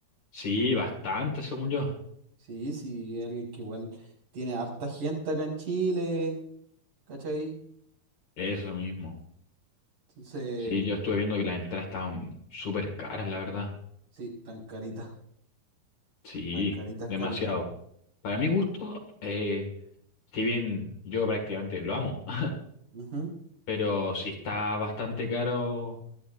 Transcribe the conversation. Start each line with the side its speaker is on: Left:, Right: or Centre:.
Left: Sí, bastante, según yo.
Right: Sí, sí, es alguien que igual tiene harta gente acá en Chile, ¿cachai?
Left: Eso mismo.
Right: Entonces,
Left: Sí, yo estuve viendo que las entradas estaban súper caras, la verdad.
Right: sí, tan carita,
Left: Sí,
Right: tan caritas,
Left: demasiado.
Right: caritas.
Left: Para mi gusto, eh, si bien yo prácticamente lo amo, <laughs>
Right: Ujú,
Left: pero sí está bastante caro